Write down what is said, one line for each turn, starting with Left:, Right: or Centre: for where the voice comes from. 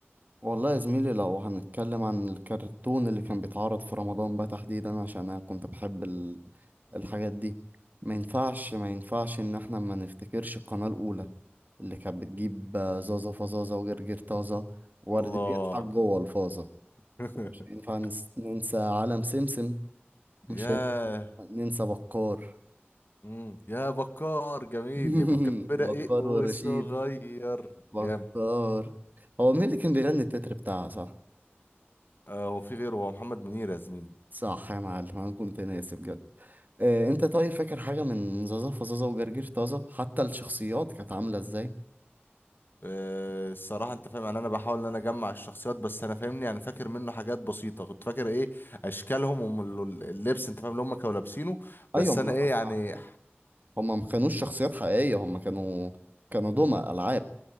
Right: والله يا زميلي لو هنتكلم عن الكرتون اللي كان بيتعرض في رمضان بقى تحديدا عشان انا كنت بحب ال... الحاجات دي ما ينفعش ما ينفعش ان احنا ما نفتكرش القناة الاولى اللي كانت بتجيب آه، زازا فزازا وجرجير طازة ورد
Left: الله
Right: بيضحك جوه الفازة
Left: <laughs>
Right: ومش هينفع نس- ننسى عالم سمسم مش
Left: ياه
Right: هينفع ننسى بكار
Left: مم. يا بكار جميل
Right: <laughs>
Left: يا بكار فرق
Right: بكار
Left: ايه وصغير
Right: ورشيد بكار
Left: جامد
Right: هو مين اللي كان بيغني التتر بتاعها صح
Left: آه، هو في غيره هو محمد منير يا زميلي
Right: صح يا معلم انا كنت ناسي بجد آه، انت طيب فاكر حاجه من زازا فزازا وجرجير طازه حتى الشخصيات كانت عامله ازاي
Left: آه، الصراحة انت فاهم يعني انا بحاول ان انا اجمع الشخصيات بس انا فاهمني يعني فاكر منه حاجات بسيطة كنت فاكر ايه اشكالهم واللبس انت فاهم اللي هم كانوا لابسينه بس
Right: ايوه ما
Left: انا
Right: انا
Left: ايه
Right: قصدي
Left: يعني
Right: على- هما ما كانوش شخصيات حقيقيه هما كانوا كانوا دمى العاب